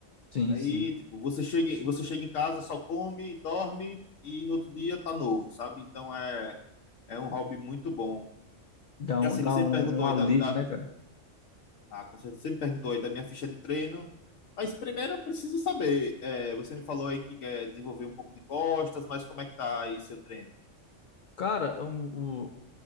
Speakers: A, on the left; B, on the left.
A: Sim,
B: Aí,
A: sim.
B: tipo, você chega, em- você chega em casa, só come, dorme e no outro dia tá novo, sabe? Então é, é um hobby muito bom.
A: Dá um,
B: E assim,
A: dá
B: você
A: um,
B: me perguntou
A: um
B: aí
A: alívio,
B: da, da,
A: né, cara?
B: Ah, com certeza. Você me perguntou aí da minha ficha de treino. Mas primeiro eu preciso saber. é, você me falou aí que quer desenvolver um pouco de costas, mas como é que tá aí seu treino?
A: Cara, um, o,